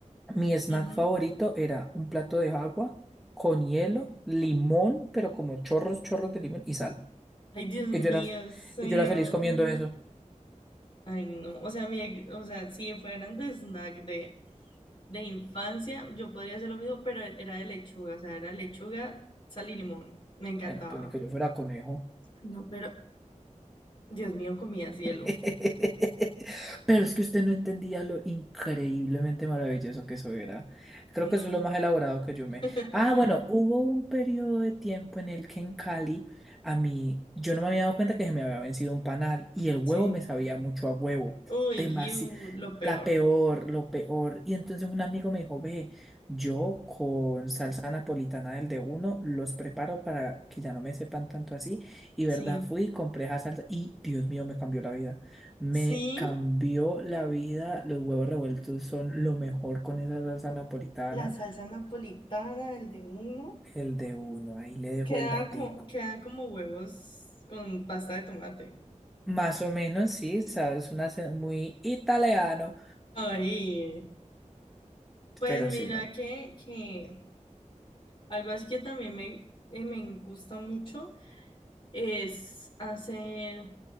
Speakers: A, in the centre; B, on the left.
A: mi snack
B: ujú.
A: favorito era un plato de agua con hielo, limón, pero como chorros, chorros de limón y sal.
B: Ay, Dios mío,
A: Y yo era,
B: sí,
A: y yo era
B: no.
A: feliz comiendo eso.
B: Ay, no. O sea, mi, ex- o sea, si fueran de snack de, de infancia, yo podría hacer lo mismo, pero era de lechuga, o sea, era lechuga, sal y limón. Me encantaba.
A: Bueno, pues ni que yo fuera conejo.
B: No, pero, Dios mío, comía cielo.
A: <laughs> Pero es que usted no entendía lo increíblemente maravilloso que eso era. Creo
B: Mm,
A: que eso es lo más elaborado que yo
B: <laughs>
A: me... Ah, bueno, hubo un periodo de tiempo en el que en Cali a mí, yo no me había dado cuenta que se me había vencido un panal y el huevo
B: sí.
A: me sabía mucho a huevo.
B: Uy,
A: demasiado.
B: iu, lo peor.
A: La peor, lo peor. Y entonces un amigo me dijo, ve, yo con salsa napolitana del de uno los preparo para que ya no me sepan tanto así. Y
B: Sí.
A: verdad, fui, compré esa salsa y Dios mío, me cambió la vida. Me
B: Sí,
A: cambió la vida. Los huevos revueltos son lo mejor con esa salsa napolitana.
B: la salsa napolitana, el de uno,
A: El de uno, ahí le dejo
B: queda
A: el datico.
B: co- quedan como huevos con pasta de tomate.
A: Más o menos, sí, sabes, un acento muy italiano,
B: Ay, pues
A: pero
B: mira
A: si no,
B: que, que algo así que también me, eh, me gusta mucho es hacer.